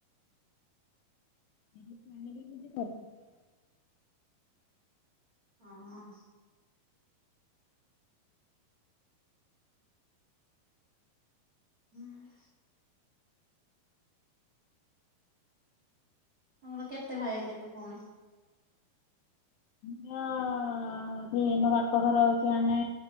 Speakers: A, on the left; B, on the right.
A: <inaudible>
B: ହଁ ହଁ। ହୁଁ। ତମର କେତେ ଭାଇ କେତେ ଭଉଣୀ?
A: ମୋ ବାପଘର ହଉଛ ଆମେ